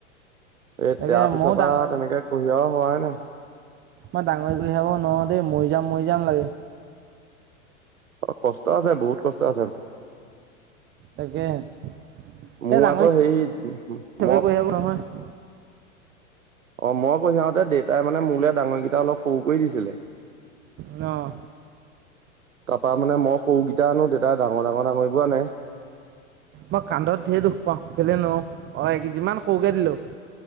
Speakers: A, on the right; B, on the right.
A: এ'
B: তাকে
A: তাৰ পিছৰ
B: ময়ো ডাঙৰ
A: পৰা তেনেকে- কঢ়িয়া হোৱা নাই।
B: মই ডাঙৰি কঢ়িয়াব নোৱাৰো দেই মৰি যাম, মৰি যাম লাগে।
A: অ', কষ্ট আছে, বহুত কষ্ট আছে।
B: তাকে, এই
A: মোৰ
B: ডাঙৰী
A: আকৌ হেৰি
B: চবেই
A: মই
B: কঢ়িয়াব নোৱাৰে।
A: অ' মই কঢ়িয়াতে দেউতাই মানে মোৰলে ডাঙৰীকেইটা অলপ সৰু কৰি দিছিলে।
B: অঁ'।
A: তাৰপা মানে মই সৰুকেইটা আনো দেতাই ডাঙৰ-ডাঙৰ-ডাঙৰবোৰ আনে।
B: মই কান্ধত ধেৰ দুখ পাওঁ সেইকাৰণে নোৱাৰো, অ' যিমান সৰুকে দিলো।